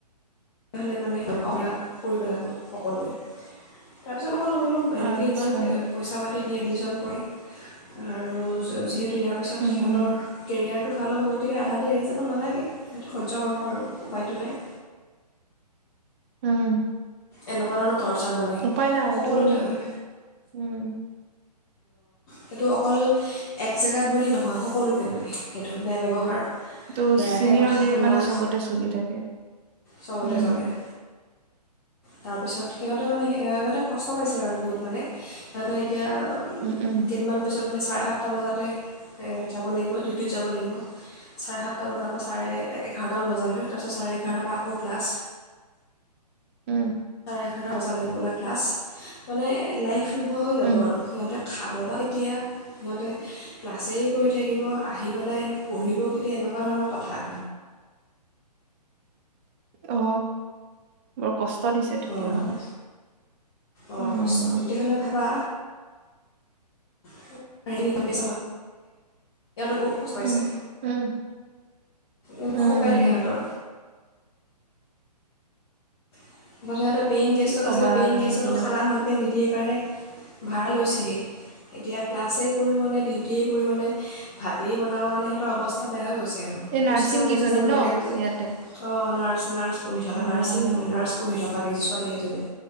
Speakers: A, on the left; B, on the right.
A: তেতিয়া হলে মানে <unintelligible> কোটি পেলাব সকলোৱেই তাৰ পি <unintelligible> হেনেকে
B: আচ্ছা।
A: ইমান পইচা পাতি তিদি এডমিশ্যন কৈ আৰু স চিগ্ৰত্তে ত ইয়াৰ পিছত
B: উম,
A: সিহঁতৰ
B: উম,
A: কেৰিয়াৰটো? ভাল হ'ব গতিকে আধাতে এৰি যাব নালাগে। সেইটো সহ্য কৰক আৰু উপায়টো নাই।
B: ও'।
A: এনেকুৱা ধৰণৰ টৰ্চাৰ মানে
B: উপায় নাই আৰুটো
A: সকলোতে
B: ও'
A: হয়
B: ও'।
A: সেইটো অকল এক জেগাত বুলি নহয়, সকলোতে মানে সেইটো বেয়া ব্যৱহাৰ।
B: তো
A: বেয়াকৈ
B: চিনিয়ৰ
A: কথা
B: গিৰি
A: শুনোৱা
B: মানে চবতে চলি থাকে। ও'।
A: চবতে চলে তাৰপিছত, সিহঁতে মানে সিহঁতে কষ্ট পাইছিল আৰু বহুত, মানে সিহঁতে এতিয়া
B: উম, উম,
A: কেইদমান পিছত চব বোলে চাৰে সাতটা বজাতে যাব লাগিব, ডিউটিত যাব লাগিব। চাৰে সাতটা বজাৰ পৰা চাৰে এঘাৰটামান বজালৈ, তাৰপিছত চাৰে এঘাৰটাৰ পৰা আকৌ ক্লাছ।
B: ও'।
A: চাৰে এঘাৰটা বজালৈ য'বলৈ ক্লাছ, মানে লাইফ নোহোৱা হৈ যাব
B: উম,
A: আৰু সিহঁতে। খাব বা কেতিয়া, সিহঁতে ক্লাছেৰে কৰি থাকিব, আহি পেলাই পঢ়িব কেতিয়া এনেকুৱা ধৰণৰ কথা।
B: অ, বৰ কষ্ট দিছে তেতিয়াহ'লে।
A: অ' অ'
B: উম,
A: কষ্ট তেতিয়াহ'লে ভাবা? <unintelligible> ইহঁতে বহুত কষ্ট পাইছে,
B: উম, উম,
A: এক
B: উম,
A: খুকাই থাকে ইিহঁতৰ। <unintelligible> পেয়িং গেষ্টত
B: কি ক'বা
A: আছিলে, পেয়ং
B: আৰু
A: গেষ্টত
B: এইবিলাক
A: খানা ভালকৈ নিদিয়ে। কাৰণে ভাড়া লৈছেহি, এতিয়া ক্লাছেই কৰিবনে ডিউটিয়েই কৰিবনে ভাতেই বনাব মানে সিহঁতৰ অৱাস্থা বেয়া হৈ গৈছে। ত আৰু
B: এই নাৰ্ছিং
A: গুচি যাম
B: কিজনী
A: গুচি যাম
B: ন
A: লাগে বোলে
B: ইয়াতে?
A: অঁ নাৰ্ নাৰ্ছ পঢ় থকা,
B: অ',
A: নাৰ্ছিং নহয় নাৰ্ছ বগাকে ছোৱালীকেইজনী?